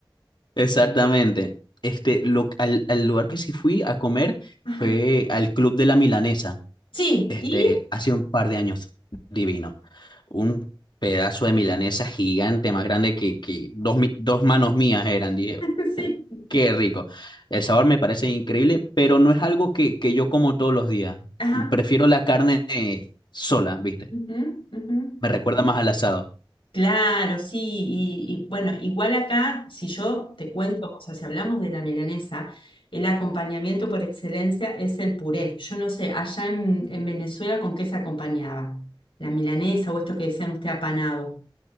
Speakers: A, on the left; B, on the left.
A: Exactamente. Este, lo, al, al lugar que sí fui a comer
B: Ajá.
A: fue al Club de la Milanesa,
B: Sí,
A: este,
B: y
A: hace un par de años. Divino. Un pedazo de milanesa gigante, más grande que, que dos, mi- dos manos mías eran. Dije,
B: <laughs> sí.
A: Qué rico. El sabor me parece increíble, pero no es algo que, que yo como todos los días.
B: Ajá.
A: Prefiero la carne eh, sola, ¿viste?
B: Ujú, ujú.
A: Me recuerda más al asado.
B: Claro, sí, y, y bueno, igual acá, si yo te cuento, o sea, si hablamos de la milanesa, el acompañamiento por excelencia es el puré. Yo no sé, allá en, en Venezuela, ¿con qué se acompañaba? La milanesa o esto que decían usted apanado.